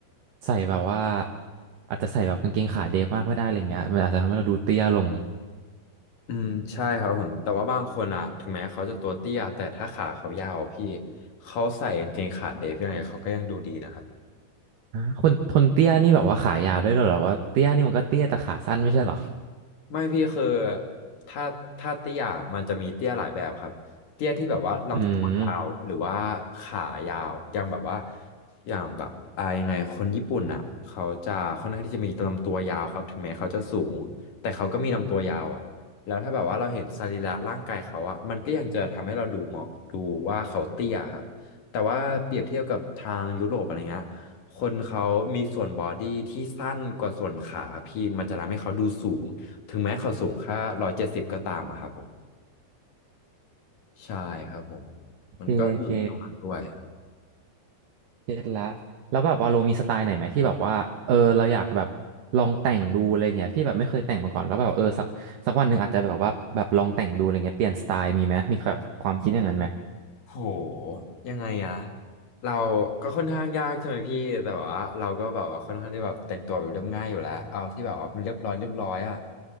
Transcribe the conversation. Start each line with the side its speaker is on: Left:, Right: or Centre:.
Right: ใส่แบบว่าอาจจะใส่แบบกางเกงขาเดฟมากไม่ได้อะไรเงี้ยมันอาจจะทำให้เราดูเตี้ยลง
Left: อืมใช่ครับผมแต่ว่าบางคนอ่ะถึงแม้เขาจะตัวเตี้ยแต่ถ้าขาเขายาวพี่เขาใส่กางเกงขาเดฟยังไงเขาก็ยังดูดีนะครับ
Right: อ่าคนคนเตี้ยนี่แบบว่าขายาวด้วยเหรอว่าเตี้ยนี่มันก็เตี้ยแต่ขาสั้นไม่ใช่เหรอ
Left: ไม่พี่คือถ้าถ้าเตี้ยมันจะมีเตี้ยหลายแบบครับเตี้ยที่แบบว่าลำตัวยาวหรือว่า
Right: อืม
Left: ขายาวอย่างแบบว่าอย่างแบบอ่ายังไงคนญี่ปุ่นอ่ะเขาจะค่อนข้างที่จะมีลำตัวยาวครับถึงแม้เขาจะสูงแต่เขาก็มีลำตัวยาวอ่ะแล้วถ้าแบบว่าเราเห็นสรีระร่างกายเขาอ่ะมันก็ยังจะทำให้เราดูเหมาะดูว่าเขาเตี้ยครับแต่ว่าเปรียบเทียบกับทางยุโรปอะไรเงี้ยคนเขามีส่วนบอดี้ที่สั้นกว่าส่วนขาพี่มันจะทำให้เขาดูสูง ถึงแม้เขาสูงแค่ร้อยเจ็ดสิบก็ตามอะครับผมใช่ครับผม
Right: โอเคโอเค
Left: มันก็อยู่ที่ตรงนั้นด้วย
Right: เก็ตละแล้วแบบว่าโลมีสไตล์ไหนไหมที่แบบว่าเออเราอยากแบบลองแต่งดูอะไรเงี้ยที่แบบไม่เคยแต่งมาก่อนแล้วแบบเออสักสักวันหนึ่งอาจจะแบบว่าแบบลองแต่งดูอะไรเงี้ยเปลี่ยนสไตล์มีไหมมีแบบความคิดอย่างนั้นไหม
Left: โหยังไงอะเราก็ค่อนข้างยากใช่ไหมพี่แต่ว่าเราก็แบบว่าค่อนข้างที่แบบแต่งตัวแบบเรียบง่ายอยู่แล้วเอาที่แบบว่ามันเรียบร้อยเรียบร้อยอะ